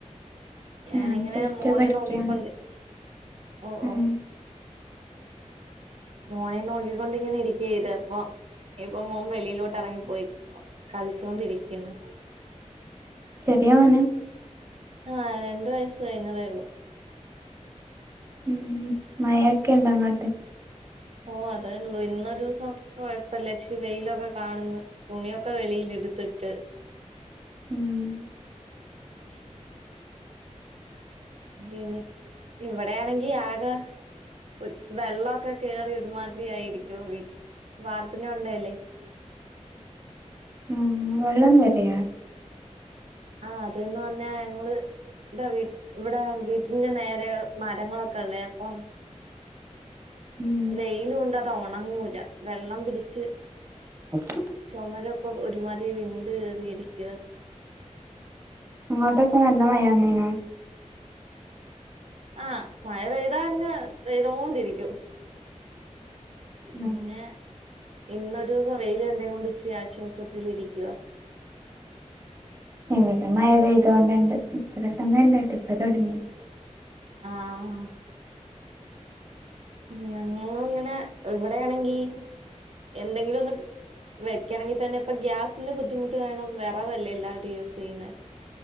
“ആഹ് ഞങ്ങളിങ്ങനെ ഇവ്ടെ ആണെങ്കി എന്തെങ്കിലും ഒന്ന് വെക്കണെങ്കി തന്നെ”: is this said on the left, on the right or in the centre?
Right